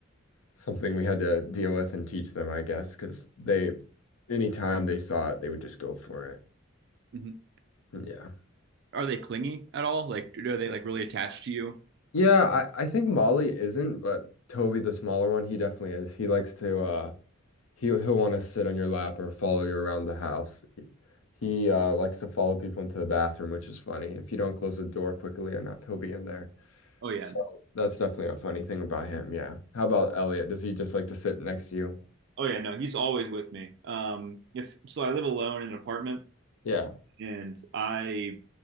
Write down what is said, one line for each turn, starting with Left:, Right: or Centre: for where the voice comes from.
Left: something we had to deal with and teach them, I guess, because they anytime they saw it, they would just go for it.
Right: Mhm.
Left: Yeah.
Right: Are they clingy at all? Like, are they like really attached to you?
Left: Yeah, I, I think Molly isn't, but Toby, the smaller one, he definitely is. He likes to uh he he'll want to sit on your lap or follow you around the house. He uh, likes to follow people into the bathroom, which is funny. If you don't close the door quickly enough, he'll be in there.
Right: Oh yeah.
Left: So that's definitely a funny thing about him. Yeah. How about Elliot? Does he just like to sit next to you?
Right: Oh yeah, no, he's always with me. Um it's so I live alone in an apartment
Left: Yeah.
Right: and I